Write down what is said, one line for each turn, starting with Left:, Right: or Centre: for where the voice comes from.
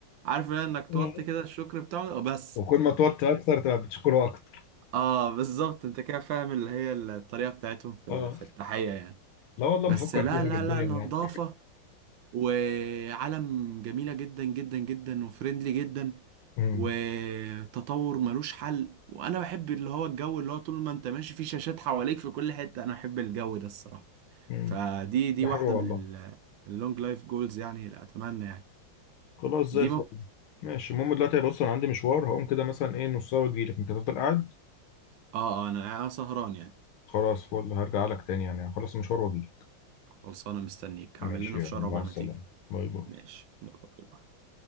Right: عارف إنك
Left: مم.
Right: توطي كده الشكر بتاعه بس
Left: وكل ما توت اكتر تبقى بتشكره اكتر
Right: اه بالظبط انت كده فاهم اللي هي الطريقة بتاعتهم في
Left: اه
Right: ال- في التحية يعني
Left: لا والله
Right: بس
Left: بفكر
Right: لا
Left: فيها
Right: لا
Left: جديا
Right: لا نظافة
Left: يعني
Right: وعالم جميلة جدا جدا جدا وفريندلي جدا
Left: امم
Right: وتطور ملوش حل وانا بحب اللي هو الجو اللي هو طول ما انت ماشي في شاشات حواليك في كل حتة انا بحب الجو ده الصراحة
Left: امم
Right: فدي دي
Left: ده
Right: واحدة
Left: حلو
Right: من
Left: والله
Right: ال- اللونج لايف جولز يعني اللي اتمنى يعني
Left: خلاص زي
Right: دي
Left: الفل
Right: ممكن
Left: ماشي المهم دلوقتي بص انا عندي مشوار هقوم كده مثلا ايه نص ساعه واجيلك انت تفضل قاعد
Right: اه آه، انا أنا سهران يعني
Left: خلاص فل هرجع لك تاني يعني خلاص المشوار واجيلك
Right: خلصانة مستنيك
Left: ماشي
Right: هعمل لنا
Left: يلا
Right: فشار
Left: مع
Right: عقبال
Left: السلامة
Right: ما تيجي
Left: باي باي
Right: ماشي يلا باي باي